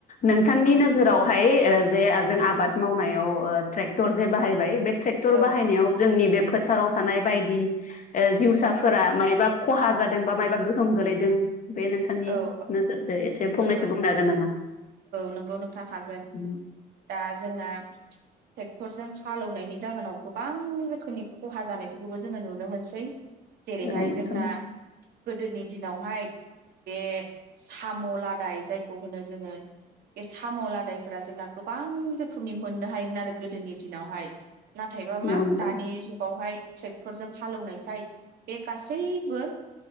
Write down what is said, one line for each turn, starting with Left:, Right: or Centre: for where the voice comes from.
Left: नोंथांनि
Right: औ
Left: नोजोरावहाय जे जों आबाद मावनायाव ट्रेक्टर जे बाहायबाय बे ट्रेक्टर
Right: औ
Left: बाहायनायाव जोंनि बे फोथाराव थानाय बायदि जिउसाफोरा मायबा खहा जादों बा मायबा गोहोम गोलैदों बे नोंथांनि
Right: औ
Left: नोजोरजों एसे फंनैसो
Right: औ
Left: बुंनो हागोन नामा?
Right: नोंगौ नोंथाङा हागोन
Left: औ
Right: दा जोंना ट्रेक्टरजों हालौनायनि जाहोनाव गोबां रोखोमनि खहा जानायफोरखौबो जोङो नुनो मोनसै। जेरैहाय
Left: नोंथां
Right: जोंना गोदोनि दिनावहाय बे साम' लादाय जायखौ होनो जोङो बे साम' लादायफोरा जोंना गोबां रोखोमनि मोननो हायोमोन आरो गोदोनि दिनावहाय। नाथायबा मा
Left: औ नोंथां
Right: दानि जुगावहाय ट्रेक्टरजों हालेवनायखाय बे गासैबो